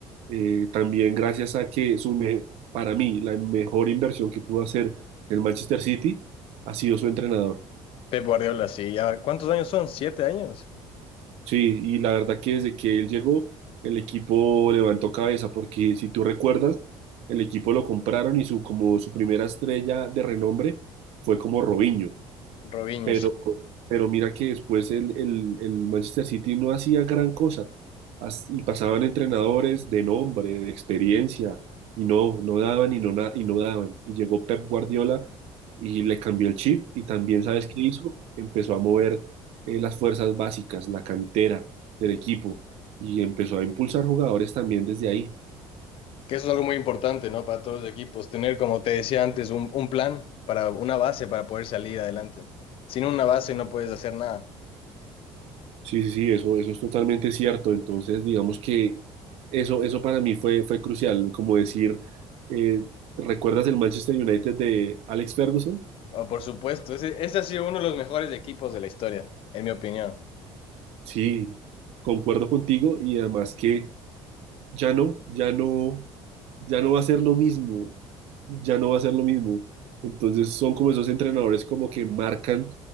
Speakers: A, on the right; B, on the left.
A: eh, también gracias a que su me- para mí la mejor inversión que pudo hacer el Manchester City ha sido su entrenador.
B: Pep Guardiola, sí. Ya, ¿cuántos años son? ¿Siete años?
A: Sí, y la verdad que desde que él llegó, el equipo levantó cabeza, porque si tú recuerdas, el equipo lo compraron y su, como su primera estrella de renombre fue como Robinho.
B: Robinho,
A: Pero,
B: sí.
A: pero mira que después el, el- el Manchester City no hacía gran cosa As- y pasaban entrenadores de nombre, de experiencia, y no, no daban y no, na- y no daban. Y llegó Pep Guardiola y le cambió el chip y también, ¿sabes qué hizo? Empezó a mover eh, las fuerzas básicas, la cantera del equipo y empezó a impulsar jugadores también desde ahí.
B: Que eso es algo muy importante, ¿no? Para todos los equipos, tener, como te decía antes, un, un plan para una base para poder salir adelante. Sin una base no puedes hacer nada.
A: Sí, sí, sí, eso, eso es totalmente cierto. Entonces, digamos que eso, eso para mí fue, fue crucial. Como decir, eh, ¿recuerdas el Manchester United de Alex Ferguson?
B: Oh, por supuesto, ese, ese ha sido uno de los mejores equipos de la historia, en mi opinión.
A: Sí, concuerdo contigo y además que ya no, ya no, ya no va a ser lo mismo, ya no va a ser lo mismo. Entonces son como esos entrenadores como que marcan,